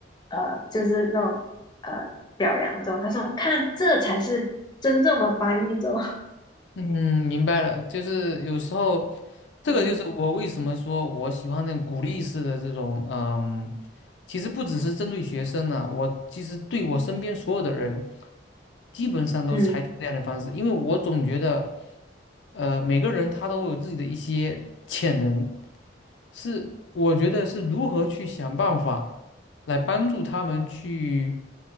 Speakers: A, on the left; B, on the left.
A: 呃，就是那种呃表扬中，他说看这才是真正的翻译中。<laughs>
B: 嗯，明白了，就是有时候，这个就是我为什么说我喜欢那种鼓励式的这种，
A: 嗯。
B: 嗯，其实不只是针对学生呢、我其实对我身边所有的人，基本上都是采取这样的方式，
A: 嗯
B: 因为我总觉得。呃，每个人他都有自己的一些潜能，是我觉得是如何去想办法来帮助他们去，